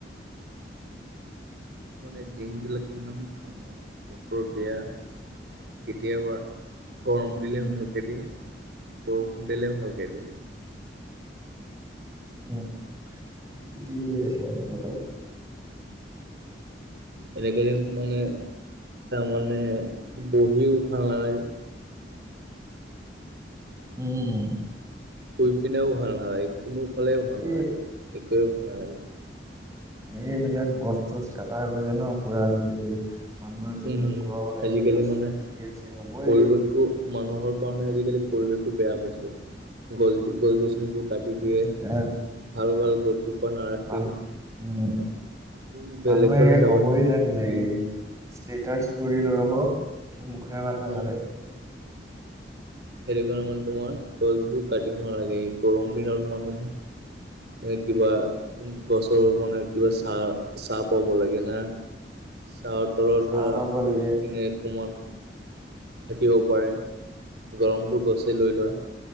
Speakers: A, on the right; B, on the right.
A: মানে ডিম বিলাক ইমান ভাল? বতৰ বিয়া কেতিয়াবা গৰম
B: উম।
A: দিলে ভালকে দিয়ে, বৰষুণ দিলে ভালকে দিয়ে।
B: উম, ইতি কৰি আছে মানে বতৰটো।
A: এনেকে দিন মানে মানে বহি উহা নালাগে।
B: উম।
A: শুই পিনেও ভাল নালাগে, কোনোফালেও ভাল
B: এ
A: নালাগে। একোৱে ভাল নালাগে।
B: এই সেইবিলাক গছ চছ কাটা গৈছে ন পুৰা আজিকালি। মানুহে য'ত
A: উম
B: ত'ত ঘৰ বনাই
A: আজিকালি
B: আছে, গছ তছ
A: মানে
B: কাটি আছে হবই।
A: পৰিৱেশটো মানুহৰ কাৰণে আজিকালি পৰিৱেশতটো বেয়া হৈছে গছ গছ গছনিবোৰ কাটি
B: পৰিৱেশটো
A: দিয়ে,
B: বেয়া হৈছে
A: ভাল ভাল গছ জোপা নাৰাখি
B: মান উম।
A: উম বেলেগ
B: মানুহে
A: ফালে চাবাচোন
B: ক'বই জানিলে
A: কি?
B: এই ষ্টেটাচ তৰি লগাব কিন্তু মুখৰে মাত নামাতে
A: উম
B: কতো।
A: সেইটো কাৰণে মানে তোমাৰ গছবোৰ কাটিব নালাগে, গৰম দিনত মানুহে কিবা গছৰ মানে কিবা চাহ চাহ পাব লাগে না। চাহ তলৰ
B: চাহ
A: ধৰা
B: পাব লাগে
A: বহি কিনে অকমান থাকিব পাৰে, গৰমটো গছে লৈ লয়।